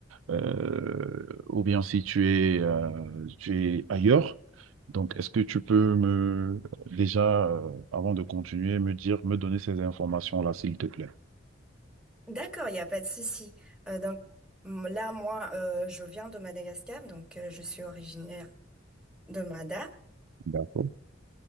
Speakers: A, on the right (about 85°); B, in the centre.
A: euh, ou bien si tu es, euh, tu es ailleurs. Donc, est-ce que tu peux me, déjà, euh, avant de continuer, me dire, me donner ces informations-là, s'il te plaît?
B: D'accord, il n'y a pas de souci. Euh, donc m- là, moi, euh, je viens de Madagascar, donc euh, je suis originaire de Mada.
A: D'accord.